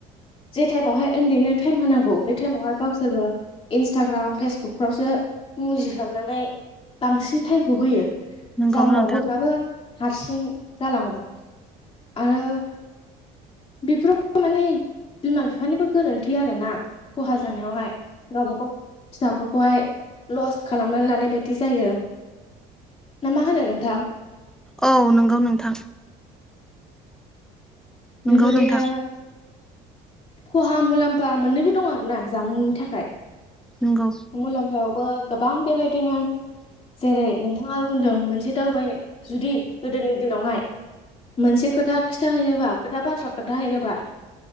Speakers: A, on the left; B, in the centre.
A: जे ठाइमावहाय उन्दैनो टाइम होनांगौ बे टाइमावहाय गावसोरबो इन्सटाग्राम फेसबुकफ्रावसो मुजि हाबनानै बांसिन टाइमखौ होयो।
B: नंगौ
A: जाउनाव
B: नोंथां
A: बयहाबो हारसिं जालाङो आरो बेफोराव माने बिमा बिफानिबो गोरोन्थि आरोना खहा जानायावहाय गावबागाव फिसाफोरखौहाय लस खालामनानै लानाय बायदि जायो। ना मा होनो नोंथां?
B: औ नोंगौ नोंथां। नंगौ
A: बेबादिनो
B: नोंथां
A: खहा मुलाम्फा मोननैबो दं आरो ना जामुंनि थाखाय।
B: नंगौ।
A: मुलाम्फायावबो गोबां बेबायदिनो जेरै नोंथाङा बुंदों मोनसे दावबायनाय जुदि गोदोनि दिनावहाय मोनसे खोथा खिथााहैनोबा खोथा बाथ्रा खोनाथाहैनोबा